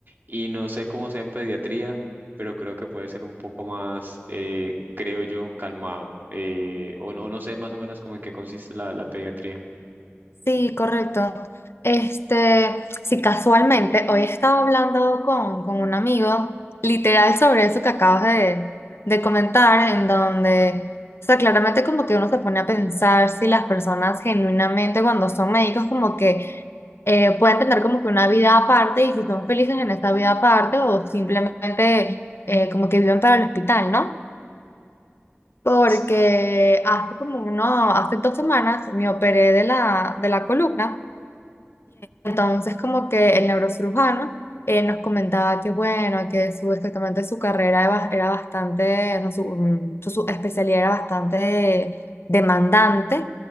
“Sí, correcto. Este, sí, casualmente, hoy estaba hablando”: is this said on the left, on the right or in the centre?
Left